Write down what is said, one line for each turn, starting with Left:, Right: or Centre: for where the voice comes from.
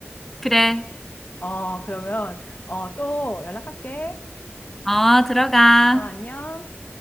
Centre: 그래.
Left: 어, 그러면, 어, 또 연락할게.
Centre: 어, 들어가.
Left: 어, 안녕.